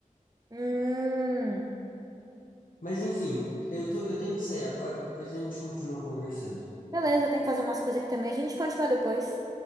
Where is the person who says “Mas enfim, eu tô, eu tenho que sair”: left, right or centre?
Left